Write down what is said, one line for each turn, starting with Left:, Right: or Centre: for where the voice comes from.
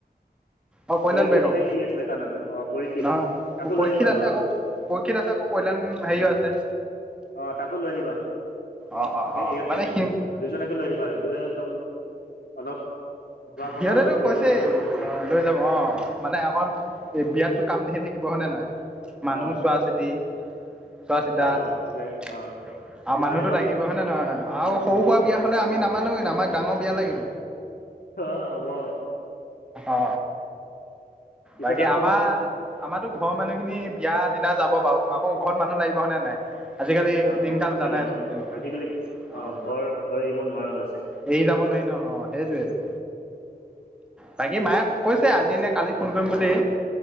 Centre: অঁ কল্যাণ
Left: পৰীক্ষিত
Centre: বেগম
Left: নে কি আছিলে তাৰ নামটো অ পৰীক্ষিত
Centre: নহয়
Left: তাকো
Centre: পৰীক্ষিত
Left: লৈ আহিবা
Centre: আছে
Left: অ।
Centre: আকৌ পৰীক্ষিত আছে আকৌ কল্যাণ ভাইও আছে।
Left: অ তাকো লৈ আহিবা
Centre: অঁ অঁ
Left: সে
Centre: অঁ
Left: ইয়াতহে
Centre: মানে সি
Left: অ দুইজনকে লৈ আহিবা তেতিয়াহে একদম অলপ ঘূৰা পকাকৈ
Centre: সিহঁতেটো
Left: কৰিব
Centre: কৈছেই
Left: লাগিব এতিয়া
Centre: অ লৈ যাম অ মানে অকণ এই বিয়াতটো কাম ধেই থাকিব হয় নে নহয়। মানুহ
Left: অঁ
Centre: চোৱা চিতি, চোৱা চিতা আৰু
Left: অঁ এইফালে অঁ ইফাল
Centre: মানুহটো লাগিব হয় নে নহয় আৰু
Left: সিফাল
Centre: সৰু সুৰা বিয়া হ'লে আমি নামানোঁ কিন্তু আমাক ডাঙৰ বিয়া লাগিব।
Left: অ হ'ব অ
Centre: অ
Left: পিছত
Centre: বাকী
Left: আকৌ
Centre: আমাৰ আমাৰতো ঘৰৰ মানুহখিনি বিয়া দিনা যাব বাৰু আকৌ ঘৰত মানুহ লাগিব হয়নে নাই আজিকালি
Left: অঁ
Centre: দিনকাল
Left: অঁ
Centre: জানাইচোন
Left: লাগিব
Centre: কেনেকুৱা
Left: আজিকালি
Centre: অ
Left: অঁ ঘৰ ঘৰ এৰিব নোৱাৰা হৈছে
Centre: এৰি যাব নোৱাৰি ন অ সেইটোৱেটো বাকী মায়ে কৈছে আজি নে কালি ফোন কৰিম বুলি